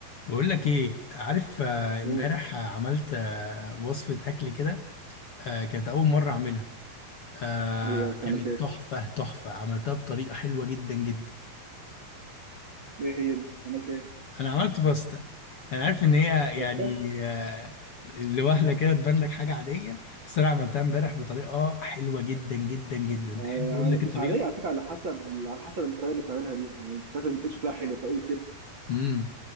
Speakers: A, on the left; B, on the right.
A: بقول لك ايه عارف آه،
B: قول
A: امبارح آه، عملت آه، وصفة اكل كده آه، كانت اول مرة اعملها آه،
B: ايه ياك،
A: كانت
B: عملت ايه؟
A: تحفة تحفة عملتها بطريقة حلوة جدا جدا
B: ايه هي دي؟ عملت ايه؟
A: انا عملت باستا يعني عارف ان هي
B: باستا؟
A: يعني آه، لوهلة كده تبان لك حاجة عادية بس انا عملتها امبارح بطريقة حلوة جدا جدا جدا
B: آه،
A: تحب اقول لك
B: مش
A: الطريقة
B: عادية على فكرة على حسب على حسب الطريقة اللي بتعملها دي يعني انت شكلك بتقول شكلها حلو فقول كده
A: امم